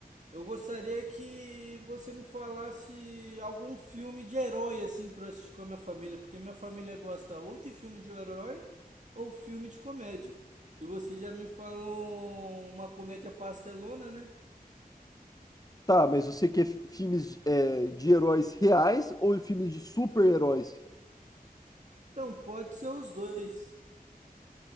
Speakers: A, on the right; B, on the left.
A: eu gostaria que você me falasse algum filme de herói assim para assistir com a minha família, porque minha família gosta ou de filme de herói ou filme de comédia. E você já me falou uma comédia pastelona, né?
B: Tá, mas você quer fi- filmes é, de heróis reais ou filmes de super-heróis?
A: Então, pode ser os dois.